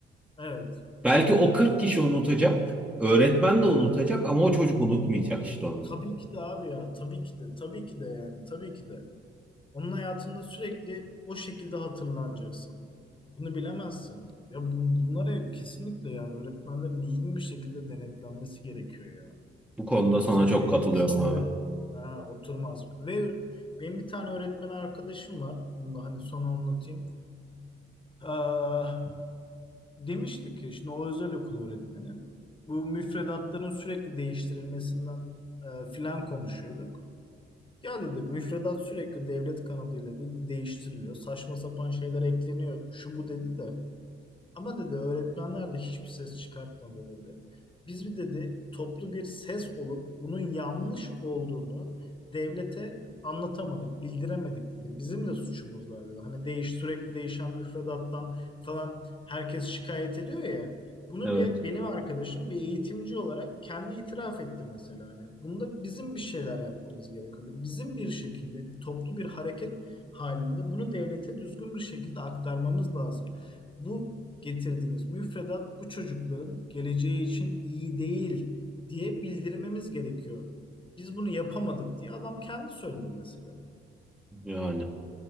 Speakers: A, on the left; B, in the centre.
A: Evet.
B: Belki o 40 kişi unutacak, öğretmen de unutacak ama o çocuk unutmayacak işte onu.
A: Tabii ki de abi ya. Tabii ki de. Tabii ki de yani. Tabii ki de. Onun hayatında sürekli o şekilde hatırlanacaksın. Bunu bilemezsin. Ya bu, bunlara kesinlikle yani öğretmenlerin düzgün bir şekilde denetlenmesi gerekiyor ya.
B: Bu konuda
A: Yoksa
B: sana çok
A: bu eğitim
B: katılıyorum
A: sistemi
B: abi.
A: ha, oturmaz. Ve benim bir tane öğretmen arkadaşım var. Bunu da hani son anlatayım. Aa, demişti ki şimdi o özel okul öğretmeni. Bu müfredatların sürekli değiştirilmesinden e, filan konuşuyorduk. Ya dedi müfredat sürekli devlet kanadıyla dedi değiştiriliyor. Saçma sapan şeyler ekleniyor. Şu bu dedi de. Ama dedi öğretmenler de hiçbir ses çıkartmadı dedi. Biz bir dedi toplu bir ses olup bunun yanlış olduğunu devlete anlatamadık, bildiremedik dedi. Bizim de suçumuz var dedi. Hani değiş sürekli değişen müfredattan falan herkes şikayet ediyor ya. Bunu
B: Evet.
A: bir, benim arkadaşım bir eğitimci olarak kendi itiraf etti mesela. Hani bunda bizim bir şeyler yapmamız gerekiyordu. Bizim bir şekilde toplu bir hareket halinde bunu devlete düzgün bir şekilde aktarmamız lazım bu getirdiğiniz müfredat bu çocukların geleceği için iyi değil diye bildirmemiz gerekiyor. Biz bunu yapamadık diye adam kendi söyledi mesela.
B: Yani